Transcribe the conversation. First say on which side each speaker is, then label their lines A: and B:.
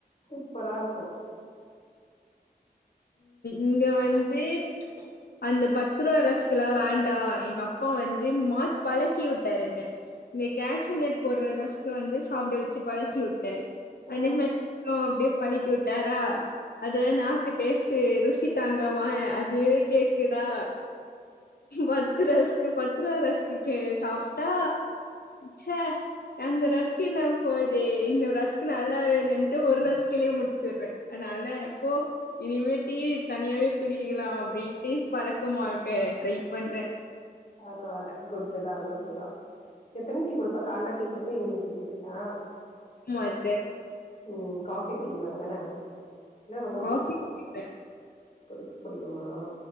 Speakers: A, on the left (about 40°); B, on the left (about 70°).
A: சூப்பரா இருக்கு
B: இங்க வந்து அந்த பத்ருவா ரஸ்குலா வேண்டா எங்க அப்பா வந்து மாத் பழக்கி உட்டாரு என்ன இந்த கேஷுநட் போடுற ரஸ்க்கு வந்து சாப்புட வச்சு பழக்கி விட்டாரு
A: ஆ
B: அதே மாரி நா அப்டி பழக்கி உட்டாரா அதுல நாக்கு டேஸ்ட்டு ருசி தாங்காம அது கேக் குதா பத்து ரஸ்க்கு பத்து ருவா ரஸ்குகே சாப்டா சே அந்த ரஸ்கு இல்லாம் போதே இந்த ரஸ்கு நல்லாவேயில்லன்ட்டு ஒரு ரஸ்குலே முடுச்சுர்றே அனால போ இனிமே டீ தனியாவே குடிக்கலா அப்டின்ட்டு பழக்கமாக்க ட்ரை பண்றே
A: பரவால்ல குட்டு தா குட்டு தா எத்தன டீ குடுப்ப கால்ல டீ குடுப்ப ஈவ்னிங் டீ குடுப்பிங்ளா
B: மாட்டே
A: உம் காஃபி குடிக்க மாட்ட தான என்ன ரொம்ப புடிக்கும்
B: காஃபி குடிப்பே
A: குடிக புடிக்குமா